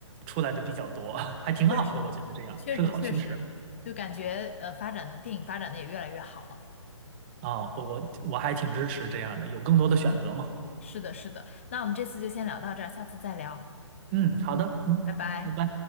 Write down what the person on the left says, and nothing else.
确实，
确实，确实，就感觉呃，发展的电影发展的也越来越好了。
是的，是的。那我们这次就先聊到这儿，下次再聊，
拜拜。